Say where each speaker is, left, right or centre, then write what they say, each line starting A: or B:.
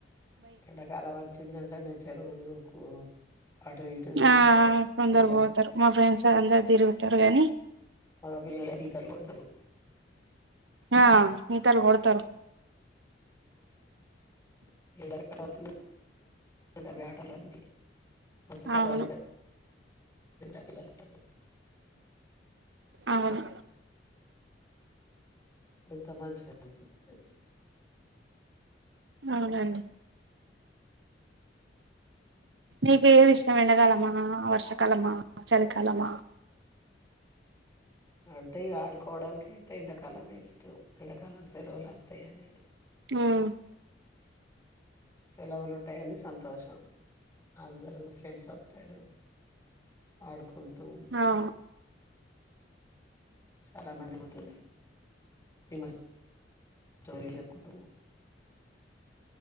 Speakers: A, on the left; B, on the right.
A: ఎండాకాలం వచ్చిందంటే నే చెరువుకు అటు ఇటు తిరుగుతారు
B: ఆ కొందరు
A: పిల్లలు
B: పోతారు. మా ఫ్రెండ్స్ అందరు తిరుగుతరు గానీ
A: మగ పిల్లలు అయితే ఈతలు కోడతారు
B: ఆ ఈతలు కొడతారు
A: ఎండాకాలం వచ్చిందన్ అవే ఆటలు అన్ని మస్త్ సార్లు
B: అవును
A: బాగుంటాయి <inaudible> పిల్లలు ఉంటారు
B: అవును
A: ఎంత మంచిగా అనిపిస్తాది
B: అవునండి నీకేది ఇష్టం ఎండాకాలమా, వర్షాకాలమా, చలికాలమా
A: అంటే ఇగ ఆడుకోవడానికి అయితే ఎండాకాలమే ఇష్టం, ఎండాకాలం సెలవులు అస్తాయని
B: ఉమ్
A: సెలవులు ఉంటాయని సంతోషం, అందరు ఫ్రెండ్స్ అం తారు ఆడుకుంటూ
B: అవును
A: చాలా మంచిగా ఉంటది <inaudible> తెలియకుంట పోవు